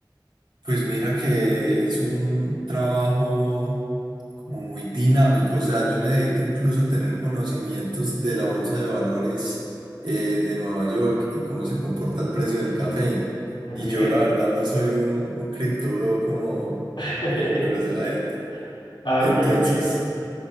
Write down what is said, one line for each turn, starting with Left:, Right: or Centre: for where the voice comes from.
Right: Pues mira que es un trabajo como muy dinámico. O sea, yo necesito incluso tener conocimientos de la bolsa de valores eh, de Nueva York y cómo se comporta el precio del café.
Left: Ok.
Right: Y yo la verdad no soy un, un cripto bro como,
Left: <laughs>
Right: como conoce la gente.
Left: Ah,
Right: Entonces,
Left: ok, ok.